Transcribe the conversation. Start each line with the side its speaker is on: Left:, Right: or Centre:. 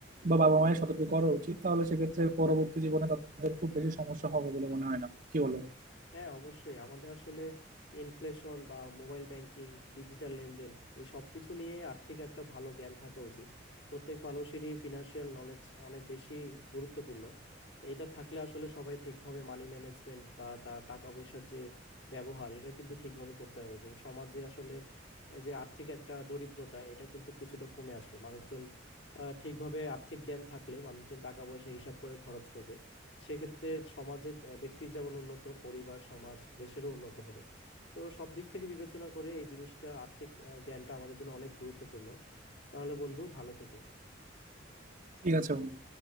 Right: বা বাবা মায়ের সতর্ক করা উচিত তাহলে সেক্ষেত্রে পরবর্তী জীবনে তাদের খুব বেশি সমস্যা হবে বলে মনে হয় না কি বলো
Left: হ্যাঁ অবশ্যই আমাদের আসলে ইনফ্লেশন বা মোবাইল ব্যাংকিং ডিজিটাল লেনদেন এই সব কিছু নিয়ে আর্থিক একটা ভালো জ্ঞান থাকা উচিত প্রত্যেক মানুষেরই ফিনান্সিয়াল নলেজ অনেক বেশি গুরুত্বপূর্ণ তো এটা থাকলে আসলে সবাই ঠিকভাবে মানি ম্যানেজমেন্ট বা তার টাকা পয়সার যে ব্যবহার এটা কিন্তু ঠিকভাবে করতে পারবে এবং সমাজে আসলে এই যে আর্থিক একটা দরিদ্রতা এটা কিন্তু কিছুটা কমে আসবে মানুষজন আহ, ঠিকভাবে আর্থিক জ্ঞান থাকলে মানুষজন টাকা পয়সা হিসাব করে খরচ করবে সেক্ষেত্রে সমাজের আহ, ব্যক্তির যেমন উন্নত পরিবার সমাজ দেশেরও উন্নত হবে তো সব দিক থেকে বিবেচনা করে এই জিনিসটা আর্থিক আহ, জ্ঞানটা আমাদের জন্য অনেক গুরুত্বপূর্ণ তাহলে বন্ধু ভালো থেকো
Right: ঠিক আছে বন্ধু